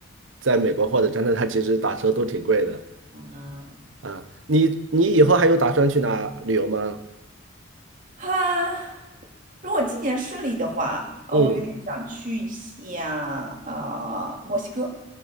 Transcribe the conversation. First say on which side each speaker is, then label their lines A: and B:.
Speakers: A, on the right (about 70°); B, on the right (about 40°).
A: 在美国或者加拿大，其实打车都挺贵的
B: 嗯，
A: 啊。你你以后还有打算去哪旅游吗？
B: 哈，如果今年顺利的话，呃，
A: 嗯，
B: 我有点想去一下呃墨西哥。